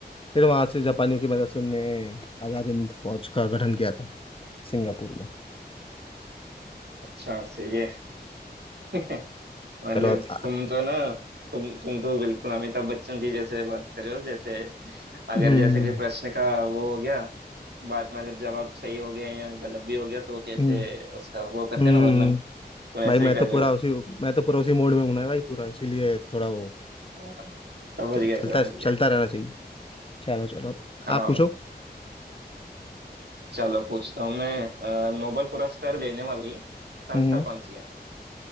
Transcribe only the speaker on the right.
अच्छा सही है <laughs> मतलब
तुम तो ना तुम तुम तो बिल्कुल अमिताभ बच्चन जी जैसे बात कर रहे हो जैसे अगर
जैसे कि प्रश्न का वो हो गया बात मतलब जवाब सही हो गया या गलत भी हो गया तो कैसे
उसका वो करते
हैं ना वर्णन तो ऐसे
ही कर
रहे हो
<laughs> हाँ, हाँ, समझ
गया
समझ गया
हाँ
चलो पूछता हूँ मैं अह, नोबेल पुरस्कार देने वाली संस्था
कौन सी है